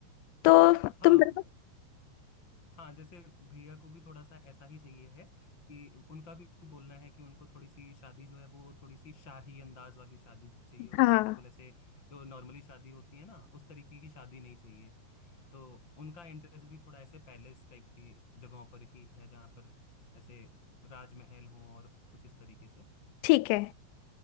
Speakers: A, on the left (about 85°); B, on the left (about 30°).
A: तो
B: हाँ
A: तुम बताओ
B: हाँ जैसे भैया को भी थोड़ा सा ऐसा ही चाहिए है कि उनका भी बोलना है कि उनको थोड़ी सी शादी जो है वो थोड़ी सी शाही अंदाज वाली शादी चाहिए उनको
A: हाँ
B: बिल्कुल ऐसे जो नॉर्मली शादी होती है ना उस तरीके की शादी नहीं चाहिए तो उनका इंटरेस्ट भी थोड़ा ऐसे पैलेस टाइप की जगहों पर ही है जहाँ पर ऐसे राजमहल हों और कुछ इस तरीके से
A: ठीक है